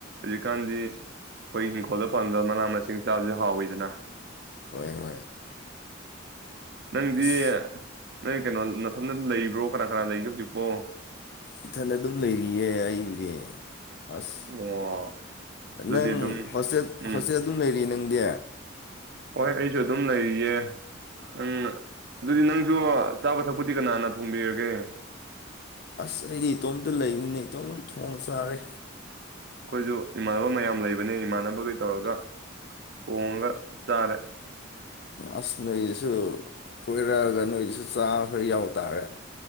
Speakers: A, on the right; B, on the left.
A: ꯍꯧꯖꯤꯛꯀꯥꯟꯗꯤ ꯑꯩꯈꯣꯏ ꯏꯪꯈꯣꯜꯗ ꯄꯪꯗꯕ ꯃꯅꯥ ꯃꯁꯤꯡ ꯆꯥꯕꯁꯨ ꯍꯥꯎꯋꯤꯗꯅ
B: ꯍꯣꯏ ꯍꯣꯏ
A: ꯅꯪꯗꯤ
B: ꯑꯁ
A: ꯅꯣꯏ ꯀꯩꯅꯣ ꯅꯥꯊꯟꯗ ꯂꯩꯕ꯭ꯔꯣ ꯀꯅꯥ ꯀꯅꯥ ꯂꯩꯒꯦ ꯍꯧꯖꯤꯛꯄꯣ
B: ꯏꯊꯟꯗ ꯑꯗꯨꯝ ꯂꯩꯔꯤꯌꯦ ꯑꯩꯕꯨꯗꯤ ꯑꯁ
A: ꯑꯣ ꯑꯗꯨꯗꯤ
B: ꯅꯪ
A: ꯑꯗꯨꯝ
B: ꯍꯣꯁꯇꯦꯜ
A: ꯎꯝ
B: ꯍꯣꯁꯇꯦꯜ ꯑꯗꯨꯝ ꯂꯩꯔꯤ ꯅꯪꯗꯤ
A: ꯍꯣꯏ ꯑꯩꯁꯨ ꯑꯗꯨꯝ ꯂꯩꯔꯤꯌꯦ ꯎꯪ ꯑꯗꯨꯗꯤ ꯅꯪ ꯁꯨ ꯆꯥꯕ ꯊꯛꯄꯨꯗꯤ ꯀꯅꯥꯅ ꯊꯣꯡꯕꯤꯔꯒꯦ
B: ꯑꯁ ꯑꯩꯗꯤ ꯏꯇꯣꯝꯇꯥ ꯂꯩꯕꯅꯦ ꯏꯇꯣꯝ ꯊꯣꯡ ꯆꯥꯔꯦ
A: ꯑꯩꯈꯣꯏꯁꯨ ꯏꯃꯥꯟꯅꯕ ꯃꯌꯥꯝ ꯂꯩꯕꯅꯦ ꯏꯃꯥꯟꯅꯕꯈꯩ ꯇꯧꯔꯒ ꯊꯣꯡꯉꯒ ꯆꯥꯔꯦ
B: ꯑꯁ ꯅꯣꯏꯗꯨꯁꯨ ꯀꯣꯏꯔꯛꯑꯒ ꯅꯣꯏꯗꯨꯁꯨ ꯆꯥꯕ ꯈꯔ ꯌꯥꯎ ꯇꯥꯔꯦ